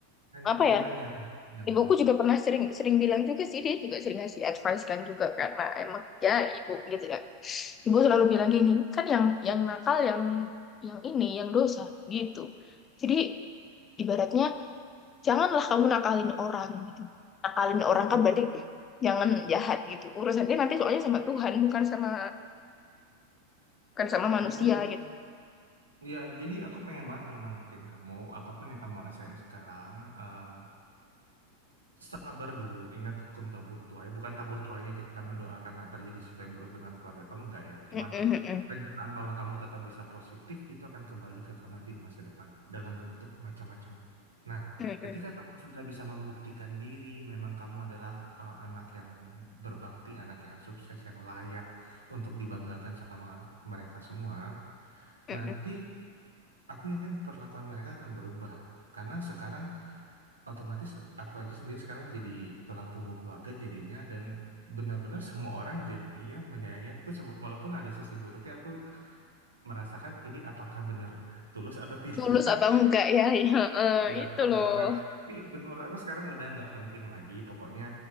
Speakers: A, on the right; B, on the left.
A: Eh,
B: apa
A: Jangan,
B: ya?
A: jangan, jangan.
B: Ibuku juga pernah sering sering bilang juga sih dia juga sering ngasih advice kan juga karena emang ya ibu gitu ya. Ibu selalu bilang gini, kan yang yang nakal yang yang ini yang dosa gitu. Jadi ibaratnya janganlah kamu nakalin orang gitu. Nakalin
A: Betul,
B: orang kan berarti jangan jahat gitu. Urusannya nanti soalnya sama Tuhan bukan sama bukan sama
A: betul.
B: manusia gitu.
A: Ya, jadi aku pengen banget nyemangatin kamu. Apapun yang kamu rasain sekarang, eh, sabar dulu. Ingat hukum tabur tuai. Bukan tabur tuainya kita mendoakan terjadi sesuatu yang buruk dengan keluarga kamu, enggak ya.
B: Mm,
A: Cuman
B: mm, mm,
A: Kenyataan bahwa kamu tetap bisa positif itu akan kembali ke kamu nanti di masa depan dalam bentuk macam-macam. Nah,
B: mm, mm,
A: ketika kamu sudah bisa membuktikan diri, memang kamu adalah uh, anak yang berbakti, anak yang sukses, yang layak untuk dibanggakan sama mereka semua.
B: mm,
A: Nanti
B: mm.
A: aku yakin perlakuan mereka akan berubah. Karena sekarang otomatis aku aja sendiri sekarang jadi tulang punggung keluarga jadinya dan benar-benar semua orang jadinya menyayangi aku sebe- walaupun ada sisi buruknya aku merasakan ini apakah benar tulus atau tidak.
B: tulus
A: <laughs>
B: atau enggak ya, <laughs> ya eh,
A: Ya,
B: itu
A: atau
B: loh
A: misalkan tapi menurut aku sekarang udah nggak penting lagi. Pokoknya